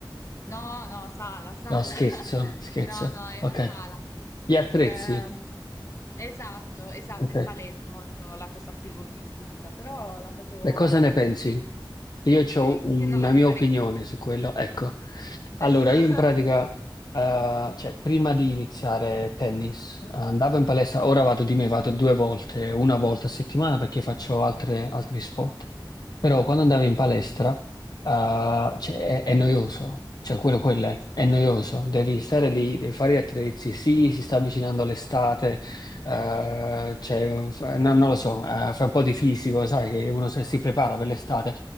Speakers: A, on the left; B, on the left.
A: No, no, sala, sala.
B: No, scherzo,
A: <laughs>
B: scherzo.
A: No, no, era
B: Ok.
A: sala.
B: Gli attrezzi.
A: Ehm, esatto, esatto,
B: Ok.
A: in palestra è molto la cosa più diffusa, però la facevo
B: E cosa
A: esclusivamente,
B: ne pensi? Che Io
A: eh,
B: ho una
A: che non la rifarei
B: mia opinione
A: più.
B: su quello. Ecco. Allora,
A: <laughs> Ecco.
B: io in pratica, eh, cioè, prima di iniziare tennis, eh, andavo in palestra, ora vado di me, vado due volte, una volta a settimana perché faccio altre- altri sport. Però quando andavi in palestra, eh, cioè, è, è noioso, cioè quello, quello è,
A: Esatto.
B: è noioso, devi stare lì, devi fare gli attrezzi, sì, si sta avvicinando l'estate, eh, cioè, fa- non, non lo so, eh, fa un po' di fisico, sai, che uno se- si prepara per l'estate,